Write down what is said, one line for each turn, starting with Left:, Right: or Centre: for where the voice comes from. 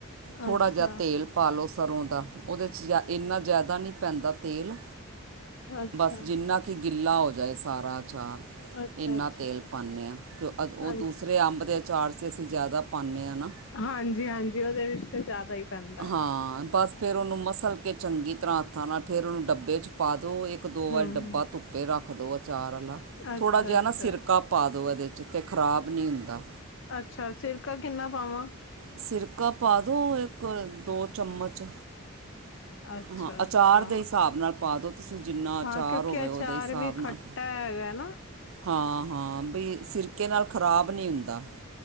Right: ਥੋੜ੍ਹਾ
Left: ਅੱਛਾ
Right: ਜਿਹਾ ਤੇਲ ਪਾ ਲਓ ਸਰੋਂ ਦਾ ਉਹਦੇ 'ਚ ਜਾ ਇੰਨਾ ਜ਼ਿਆਦਾ ਨਹੀਂ ਪੈਂਦਾ ਤੇਲ।
Left: ਅੱਛਾ
Right: ਬਸ ਜਿੰਨਾ ਕਿ ਗਿੱਲਾ ਹੋ ਜਾਏ ਸਾਰਾ ਅਚਾਰ
Left: ਅੱਛਾ
Right: ਇੰਨਾ
Left: ਅੱਛਾ
Right: ਤੇਲ ਪਾਉਂਦੇ ਹਾਂ ਕਿ ਉਹ
Left: ਹਾਂਜੀ
Right: ਦੂਸਰੇ ਅੰਬ ਦੇ ਅਚਾਰ 'ਚ ਅਸੀਂ ਜ਼ਿਆਦਾ ਪਾਉਂਦੇ ਹਾਂ ਨਾ
Left: ਹਾਂਜੀ ਹਾਂਜੀ ਉਹਦੇ ਵਿੱਚ ਤੇ ਜ਼ਿਆਦਾ ਹੀ ਪੈਂਦਾ। ਹੈ
Right: ਹਾਂ ਬਸ ਫਿਰ ਉਹਨੂੰ ਮਸਲ ਕੇ ਚੰਗੀ ਤਰ੍ਹਾਂ ਹੱਥਾਂ ਨਾਲ਼ ਫਿਰ ਉਹਨੂੰ ਡੱਬੇ 'ਚ ਪਾ ਦਿਉ ਇੱਕ ਦੋ
Left: ਹੂੰ
Right: ਵਾਰ ਡੱਬਾ ਧੁੱਪ ਧੁਪੇ ਦਿਉ ਅਚਾਰ ਵਾਲਾ ਥੋੜ੍ਹਾ
Left: ਅੱਛਾ-ਅੱਛਾ,
Right: ਜਿਹਾ ਨਾ ਸਿਰਕਾ ਪਾ ਦਿਉ ਇਹਦੇ 'ਚ ਅਤੇ ਖਰਾਬ ਨਹੀਂ ਹੁੰਦਾ।
Left: ਅੱਛਾ ਸਿਰਕਾ ਕਿੰਨਾ ਪਾਵਾਂ।
Right: ਸਿਰਕਾ ਪਾ ਦਿਉ ਇੱਕ ਦੋ ਚਮਚ।
Left: ਅੱਛਾ
Right: ਹਾਂ
Left: ਅੱਛਾ।
Right: ਅਚਾਰ ਦੇ ਹਿਸਾਬ ਨਾਲ ਪਾ ਦੋ ਤੁਸੀਂ ਜਿੰਨਾ ਅਚਾਰ
Left: ਹਾਂ ਕਿਉਂਕਿ
Right: ਹੋਵੇ
Left: ਅਚਾਰ
Right: ਉਹਦੇ ਹਿਸਾਬ
Left: ਵੀ ਖੱਟਾ
Right: ਨਾਲ
Left: ਹੈਗਾ ਹੈ ਨਾ
Right: ਹਾਂ ਹਾਂ ਬਈ ਸਿਰਕੇ ਨਾਲ ਖ਼ਰਾਬ ਨਹੀਂ ਹੁੰਦਾ।